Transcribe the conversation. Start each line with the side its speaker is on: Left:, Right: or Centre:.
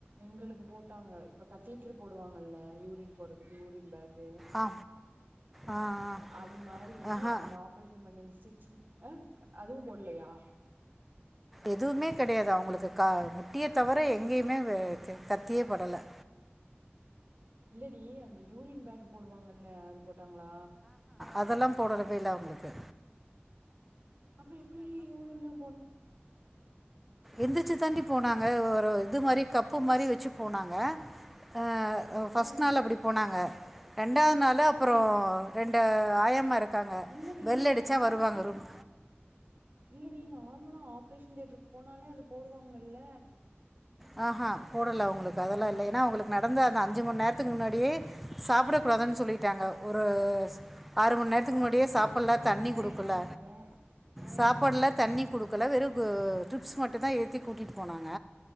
Right: எங்களுக்கு போட்டாங்க இப்ப கத்தீட்ரு போடுவாங்கல்ல யூரின் போறதுக்கு யூரின் பேக்
Centre: ஆ ஆ
Right: அது மாரி
Centre: ஆஹா
Right: அந்த ஆப்ரேஷன் பண்ணி அந்த ஸ்டிச்சிங் அ அதுவும் போல்லியா
Centre: எதுவுமே கெடையாது அவுங்களுக்கு கா முட்டியே தவர எங்கேயுமே வே கத்தியே படல
Right: இல்லடி அந்த யூரின் பேக் போடுவாங்கல்ல அது ட்டாங்களா
Centre: அதெல்லா போடலப்பல்ல அவுங்களுக்கு
Right: அப்புற எப்டி டி யூரின் லா போனோ
Centre: எந்திரிச்சு தாண்டி போனாங்க ஒரு இது மாரி கப் பு மாரி வச்சு போனாங்க ஆ ஓ ஃபர்ஸ்ட்
Right: ம்
Centre: நாள்ல அப்டி போனாங்க ரெண்டாவது நாலு அப்புற
Right: ம்
Centre: ரெண்டு ஆயம்மா இருக்காங்க
Right: இல்லடி
Centre: பெல்லு அடிச்சா
Right: நார்மலா
Centre: வருவாங்க ரூம்
Right: இல்லடி நார்மலா ஆப்ரேஷன் தியேட்டருக்கு போனாலே அது போடுவாங்கல்ல
Centre: அ ஆ போடல அவுங்களுக்கு அதெல்லா இல்ல ஏனா அவுங்களுக் நடந்த அந்த அஞ்சு மண் நேரத்துக்கு முன்னாடியே சாப்ட கூடாதுன் சொல்லிட்டாங்க ஒரு ஸ் ஆறு மண் நேரத்துக்கு
Right: ஆமா
Centre: முன்னாடியே
Right: அப்டித்தா
Centre: சாப்புல்ல
Right: சொன்னாங்க
Centre: தண்ணி குடுக்கல
Right: எங்களுக்கு ஆ
Centre: சாப்பாடுல தண்ணி குடுக் ப்பல்லா வெறு கூ ட்ரிப்ஸ் மட்டும்தா ஏத்தி கூட்டிட்டு போனாங்க